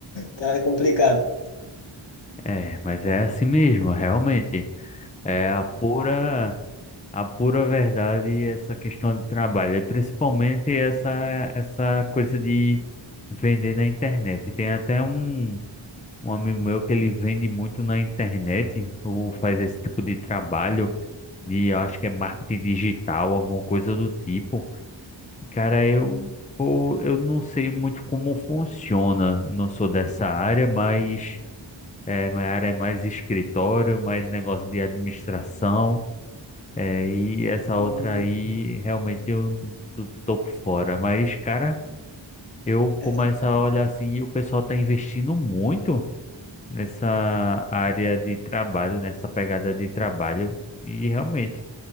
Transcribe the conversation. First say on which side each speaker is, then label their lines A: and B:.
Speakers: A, on the left; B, on the left.
A: Tá complicado.
B: É, mas é assim mesmo, realmente. É a pura, a pura verdade essa questão de trabalho, e principalmente essa essa coisa de vender na internet. Tem até um um amigo meu que ele vende muito na internet ou faz esse tipo de trabalho de, eu acho que é marketing digital, alguma coisa do tipo. E, Cara, eu, pô, eu não sei muito como funciona, não sou dessa área, mas é, minha área é mais escritório, mais negócio de administração, é, e essa
A: Hum,
B: outra aí realmente eu tô tô por fora. Mas, cara, eu começo
A: é,
B: a olhar assim e o pessoal tá investindo muito nessa área de trabalho, nessa pegada de trabalho. E realmente,